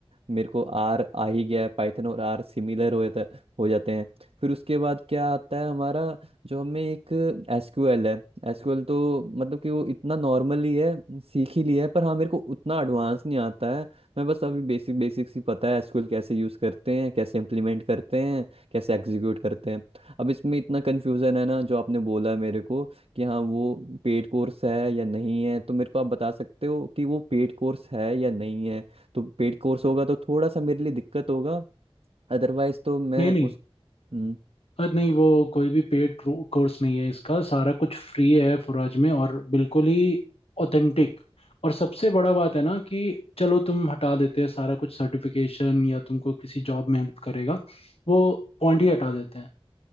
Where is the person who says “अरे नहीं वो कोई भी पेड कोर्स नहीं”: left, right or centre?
Left